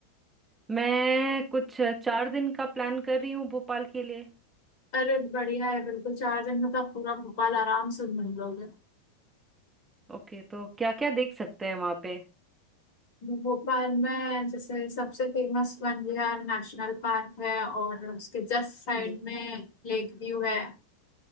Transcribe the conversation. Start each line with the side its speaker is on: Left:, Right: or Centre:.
Right: मैं कुछ चार दिन का प्लान कर रही हूँ भोपाल के लिए
Left: अरे बढ़िया है बिल्कुल चार दिन में तो आप पूरा भोपाल आराम से घूम लोगे
Right: ओके तो क्या क्या देख सकते हैं वहां पे
Left: भोपाल में जैसे सबसे famous Van Vihar national park है और उसके जस्ट साइड
Right: जी
Left: में लेक व्यू है